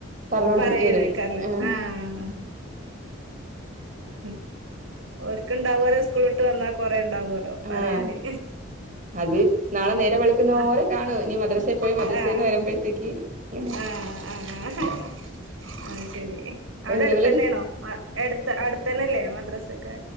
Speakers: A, on the right; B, on the right.
A: പറഞ്ഞുകൊണ്ടിരിക്കുകയായിരുന്നു
B: പറയാനേക്കാറില്ലേ
A: ഉം.
B: ആഹ് മ്മ് <unintelligible> ഓരെക്ക് ഉണ്ടാവുമല്ലോ സ്കൂള് വന്നാൽ. കൊറേ ഉണ്ടാവോലോ
A: ആഹ്
B: പറയാന്
A: അത് നാളെ നേരം വെളുക്കുവോരം
B: ആഹ്
A: കാണും ഇനി മനു ത്തെ പോയി മദ്രസയിന്
B: ആഹ്
A: വരുമ്പോഴത്തേക്ക് ഞ
B: ആഹ് ആഹ് അത് ശരി
A: അപ്പൊ
B: അവിടെ
A: എന്തെങ്കിലും
B: അടുത്ത് തന്നെയാണോ
A: ഒരു
B: മ യെടുത്ത അടു തന്നെയല്ലേ മദ്രസയൊക്കെ.